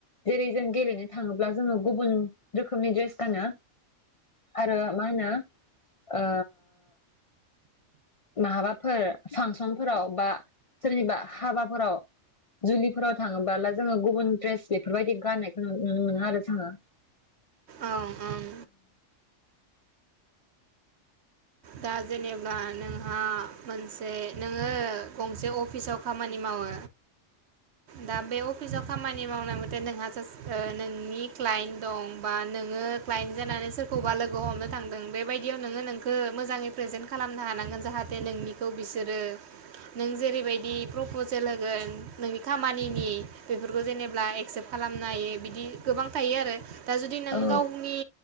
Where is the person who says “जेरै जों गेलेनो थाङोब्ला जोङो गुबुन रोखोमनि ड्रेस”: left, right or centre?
Left